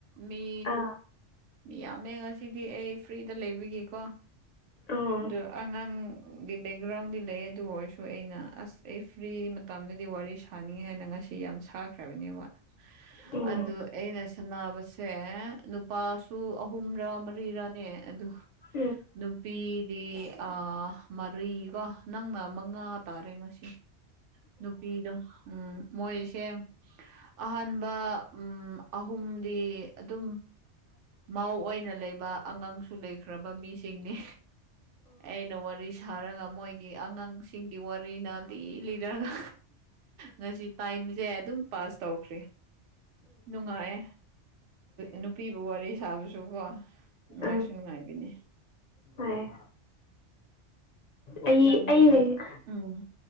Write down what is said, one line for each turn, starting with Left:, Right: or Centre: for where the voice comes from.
Right: ꯃꯤ
Left: ꯑ
Right: ꯃꯤ ꯌꯥꯝꯃꯦ ꯉꯁꯤꯗꯤ ꯑꯩ ꯐ꯭ꯔꯤꯗ ꯂꯩꯕꯤꯒꯤꯀꯣ
Left: ꯎꯝ
Right: ꯗꯨ ꯑꯉꯥꯡ ꯒꯤ ꯕꯦꯛꯒ꯭ꯔꯥꯎꯟꯗꯤ ꯂꯩ ꯑꯗꯨ ꯑꯣꯏꯔꯁꯨ ꯑꯩꯅ ꯑꯁ ꯑꯩ ꯐ꯭ꯔꯤ ꯃꯇꯝꯗꯗꯤ ꯋꯥꯔꯤ ꯁꯥꯅꯤꯡꯉꯦ ꯍꯥꯏꯅ ꯉꯁꯤ ꯗꯤ ꯌꯥꯝ ꯁꯥꯈ꯭ꯔꯕꯅꯦꯕ
Left: ꯎꯝ
Right: ꯑꯗꯨ ꯑꯩꯅ ꯁꯟꯕꯁꯤ ꯁꯦ ꯅꯨꯄꯥꯁꯨ ꯑꯍꯨꯝꯔ ꯃꯔꯤꯔꯅꯦ ꯑꯗꯨ
Left: ꯎꯝ ꯎꯝ ꯑꯣ ꯑꯣ ꯑꯣ ꯑ
Right: ꯅꯨ ꯄꯤ ꯑꯥ, ꯃꯔꯤꯀꯣ ꯅꯪꯅ ꯃꯉꯥ ꯇꯥꯔꯦ ꯉꯁꯤ ꯅꯨꯄꯤꯗꯣ ꯎꯝ꯫ ꯃꯣꯏꯁꯦ ꯑꯍꯥꯟꯕ ꯎꯝ ꯑꯍꯨꯝ ꯗꯤ ꯑꯗꯨꯝ ꯃꯧ ꯑꯣꯏꯅ ꯂꯩꯕ ꯑꯉꯥꯡꯁꯨ ꯂꯩꯈ꯭ꯔꯕ ꯃꯤꯁꯤꯡꯅꯤ꯫ ꯑꯩꯅ ꯋꯥꯔꯤ ꯁꯥꯔꯒ ꯃꯣꯏꯒꯤ ꯑꯉꯥꯡ ꯁꯤꯡꯒꯤ ꯋꯥꯔꯤꯅ ꯂꯤ ꯂꯤꯔꯒ ꯉꯁꯤ ꯇꯥꯏꯝꯁꯦ ꯑꯗꯨꯝ ꯄꯥꯁ ꯇꯧꯈ꯭ꯔꯦ꯫ ꯅꯨꯡꯉꯥꯏꯌꯦ ꯅꯨꯄꯤꯒ ꯋꯥꯔꯤ ꯁꯥꯕꯁꯨꯀꯣ꯫ ꯉꯥꯏꯁꯨꯨꯡ
Left: ꯑ ꯑ
Right: ꯅꯨꯉꯥꯏꯒꯅꯤ꯫
Left: ꯍꯣꯏ ꯑꯩ
Right: ꯅꯪꯒꯤꯗꯤ
Left: ꯑꯩ ꯍꯨꯖꯤꯛ
Right: ꯎꯝ